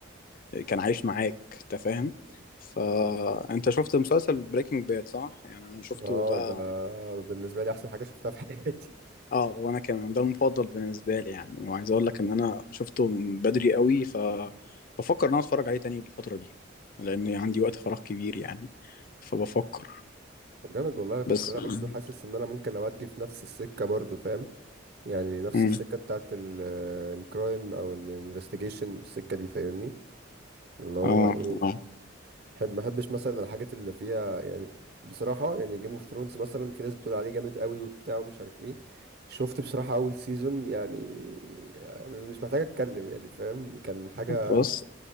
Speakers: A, on the left; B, on the right.
A: آه، كان عايش معاك انت فاهم فانت شفت مسلسل بريكنج باد صح يعني انا شفته
B: اه
A: ده
B: ده بالنسبه لي احسن حاجه شفتها في حياتي
A: اه وانا كمان ده المفضل بالنسبه لي يعني وعايز اقول لك ان انا شفته من بدري قوي ف بفكر ان انا اتفرج عليه تاني الفتره دي لان عندي وقت فراغ كبير يعني فبفكر
B: <laughs> طب جامد والله بس
A: بس
B: انا
A: يعني،
B: برضو حاسس ان انا ممكن اودي في نفس السكه برضو فاهم يعني نفس
A: مم.
B: السكة بتاعت ال- الكرايم او الانفستيجيشن والسكة دي فاهمني اللي هو
A: اه
B: ايه
A: اه
B: بحب ما بحبش مثلا الحاجات اللي فيها يعني بصراحة يعني جيم اوف ثرونز مثلا في ناس بتقول عليه جامد قوي وبتاع ومش عارف ايه شفت بصراحة اول سيزون يعني آه، مش محتاج اتكلم يعني فاهم كان حاجة
A: بص